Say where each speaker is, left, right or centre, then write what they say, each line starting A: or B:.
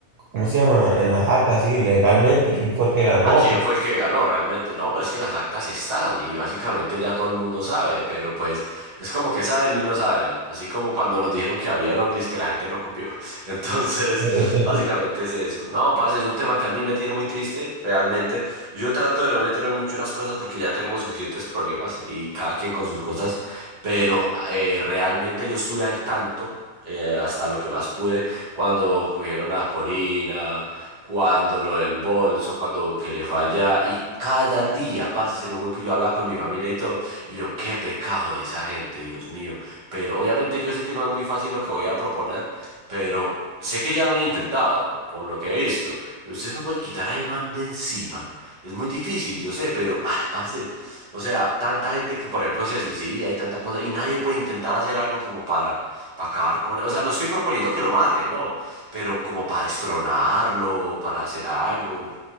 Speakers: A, on the right; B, on the right.
A: ¿cómo se llama? En las actas, sí, legalmente, quién fue el que ganó.
B: ¿A quién fue el que ganó realmente? No, pero es que las actas están y básicamente ya todo el mundo sabe, pero pues es como que saben y no saben, así como cuando nos dijeron que había en Omnis que la gente no copió. <laughs> Entonces,
A: <laughs>
B: básicamente es eso. No, parce, es un tema que a mí me tiene muy triste, realmente. Yo trato de no meterme mucho en las cosas porque ya tenemos suficientes problemas y cada quien con sus cosas, pero eh, realmente yo estuve al tanto eh, hasta lo que más pude, cuando cogieron a Corina, cuando lo del bolso, cuando le fue allá, y cada día, parce, se lo juro que yo hablaba con mi familia y todo, y yo, qué pecado de esa gente, Dios mío, pero obviamente yo sé que no es muy fácil lo que voy a proponer, pero sé que ya lo han intentado, por lo que he visto, ustedes no pueden quitar a Eman de encima, es muy difícil, yo sé, pero, ah, parce, o sea, tanta gente que, por ejemplo, se suicida y tanta cosa, y nadie puede intentar hacer algo como para para acabar con él. O sea, no estoy proponiendo que lo maten, no. Pero como para destronarlo, para hacer algo.